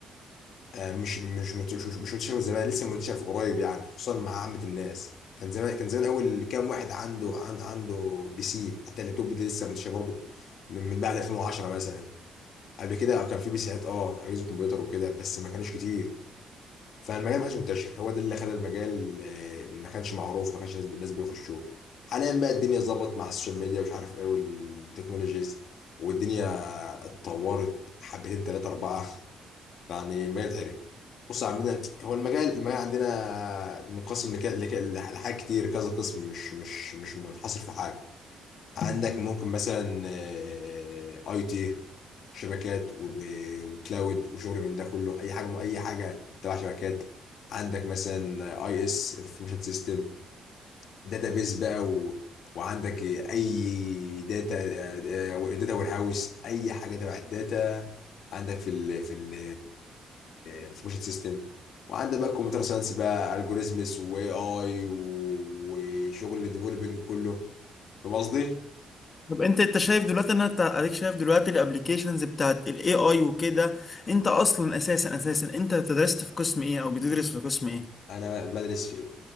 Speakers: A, on the left (about 70°); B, on the left (about 35°).
A: آه، مش مش مت- مش مش منتشر من زمان لسه منتشر في قريب يعني خصوصا مع عامة الناس كان زمان كان زمان اول كام واحد عنده عن عنده بي سي حتى اللابتوب ده لسه منتشر برضه من من بعد 2010 مثلا قبل كده كان في بي سيات اه اجهزه كمبيوتر وكده بس ما كانش كتير فالمجال ما كانش منتشر هو ده اللي خلى المجال آه، ما كانش معروف ما كانش الناس الناس بيخشوه حاليا بقى الدنيا ظبط مع السوشيال ميديا ومش عارف ايه والتكنولوجيز والدنيا اتطورت حبتين تلاتة أربعة يعني المجال اتقرب بص عندنا هو المجال المجال عندنا منقسم لك... لك... لحاجات كتير كذا قسم مش مش مش منحصر في حاجه عندك ممكن مثلا آه، اي تي شبكات و- و- وكلاود وشغل من ده كله اي حاجه اي حاجه تبع شبكات عندك مثلا اي اس انفورميشن سيستم داتابيز بقى و... وعندك اي داتا آه، داتا وير هاوس اي حاجه تبع الداتا عندك في ال في ال انفورميشن سيستم وعندك بقى كمبيوتر ساينس بقى الجوريزمس واي اي وشغل الديفلوبينج كله فاهم قصدي؟
B: طب انت انت شايف دلوقتي ان انت اديك شايف دلوقتي الابليكيشنز بتاعت الاي اي وكده انت اصلا اساسا اساسا انت درست في قسم ايه او بتدرس في قسم ايه
A: انا بدرس في